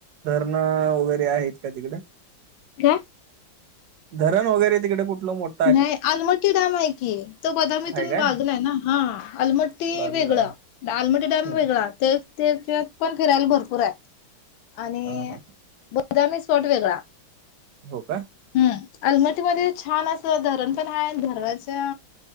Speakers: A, on the right; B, on the left.
A: धरणं वगैरे आहेत का? तिकडे.
B: काय?
A: धरण वगैरे तिकडे कुठलं मोठ
B: नाही आलमट्टी डॅम आहे की, तो बदामीतून
A: आहे काय
B: बागलाय ना हा आलमट
A: बाजूला
B: वेगळं, लालमटी डॅम
A: ह
B: वेगळा, त्याच्यात पण फिरायला भरपूर आहे. आणि
A: हा हा
B: बदामी स्पॉट वेगळा.
A: हो का.
B: हम्म अलमटीमध्येध्ये छान अस धरण पण हाय धरनाच्या